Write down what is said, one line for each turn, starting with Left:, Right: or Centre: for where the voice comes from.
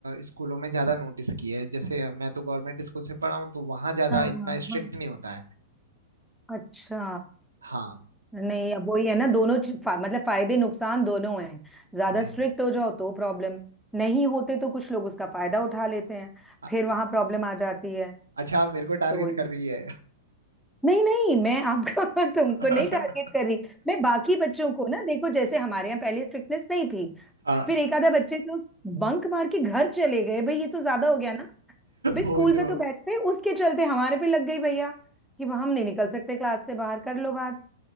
Right: स्कूलों में ज्यादा नोटिस की है जैसे मैं तो गवर्नमेंट स्कूल से पढ़ा हूँ तो वहाँ ज्यादा
Centre: हाँ हाँ
Right: इतना स्ट्रिक्ट
Centre: हाँ
Right: नहीं होता है
Centre: अच्छा
Right: हाँ
Centre: नहीं अब वही है ना दोनों च- फा, मतलब फायदे नुकसान दोनों हैं ज्यादा
Right: वही
Centre: स्ट्रिक्ट हो जाओ तो प्रॉब्लम नहीं होते तो कुछ लोग उसका फायदा उठा लेते हैं
Right: अ-
Centre: फिर वहां प्रॉब्लम आ जाती है
Right: अच्छा आप मेरे को टारगेट
Centre: तो ये-
Right: कर रही है
Centre: नहीं नहीं मैं आपको <laughs> तुमको
Right: <laughs>
Centre: नहीं टारगेट कर रही मैं बाकी बच्चों को ना देखो जैसे हमारे यहाँ पहले स्ट्रिक्टनेस नहीं थी
Right: हाँ
Centre: फिर एक आधा बच्चे तो बंक मार के घर चले गए भाई ये तो ज्यादा हो गया ना भाई स्कूल
Right: Oh no
Centre: में तो बैठते हैं, उसके चलते हमारे पे लग गई भैया कि हम नहीं निकल सकते क्लास से बाहर कर लो बात